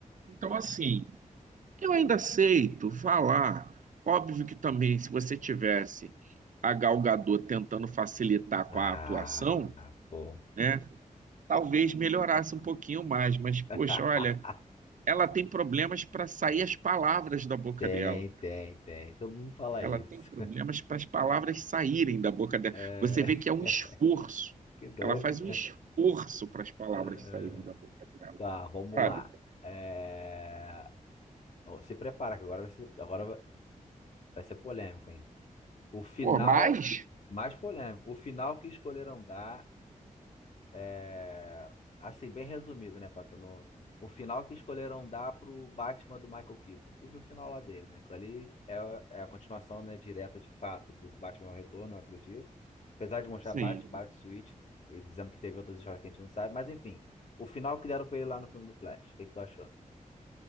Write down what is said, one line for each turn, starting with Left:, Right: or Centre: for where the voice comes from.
Right: Então, assim, eu ainda aceito falar. Óbvio que também, se você tivesse a Gal Gadot tentando facilitar com
Left: Ah,
Right: a atuação,
Left: pô.
Right: né? Talvez melhorasse um pouquinho mais, mas, poxa,
Left: <laughs>
Right: olha, ela tem problemas para sair as palavras da boca
Left: Tem,
Right: dela.
Left: tem, tem. Todo mundo fala
Right: Ela
Left: isso.
Right: tem problemas para as palavras saírem da boca dela.
Left: É,
Right: Você vê que é um
Left: <laughs>
Right: esforço.
Left: que doido,
Right: Ela faz
Left: né?
Right: um esforço para as palavras
Left: É.
Right: saírem da boca dela,
Left: Tá, vamos
Right: sabe?
Left: lá. É, Se prepara, que agora vai ser, agora vai ser polêmico, hein? O final,
Right: Por mais,
Left: mais polêmico, o final que escolheram dar, é... assim, bem resumido, né, Pato? No... O final que escolheram dar pro Batman do Michael Keaton. Tu viu o final lá dele, né? Aquilo ali é, é a continuação, né, direta de fato do do Batman ao Retorno, eu acredito. Apesar de mostrar
Right: sim.
Left: Bat, Bat Switch, e dizendo que teve outras histórias que a gente não sabe, mas enfim. O final que deram pra ele lá no filme do Flash. O que que tu achou?